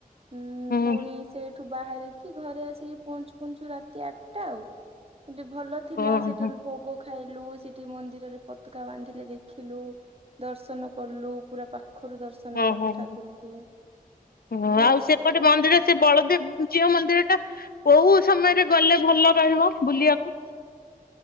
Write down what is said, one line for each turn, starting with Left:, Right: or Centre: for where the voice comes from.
Right: ଉଁ
Left: ହୁଁ
Right: ପୁଣି ସେ ଠୁ ବାହାରିକି ଘରେ ଆସିକି ପହଞ୍ଚୁ ପହଞ୍ଚୁ ରାତି ଆଟା ଆଉ, ସେଠୁ ଭଲ ଥିଲା,
Left: ଓହୋ
Right: ସେଠି ଭୋଗ ଖାଇଲୁ, ସେଠି ମନ୍ଦିରରେ ପତକା ବାନ୍ଧିଲେ ଦେଖିଲୁ। ଦର୍ଶନ କଲୁ, ପୁରା ପାଖରୁ ଦର୍ଶନ
Left: ହଁ
Right: କଲୁ
Left: ହଁ।
Right: ଠାକୁରଙ୍କୁ। ତାପରେ
Left: ହଁ ଆଉ
Right: ଆସିଲୁ।
Left: ସେପଟେ ମନ୍ଦିର ସେ ବଳଦେବ ଜିଅ ମନ୍ଦିର ଟା କୋଉ ସମୟରେ ଗଲେ ଭଲ ରହିବ ବୁଲିବାକୁ?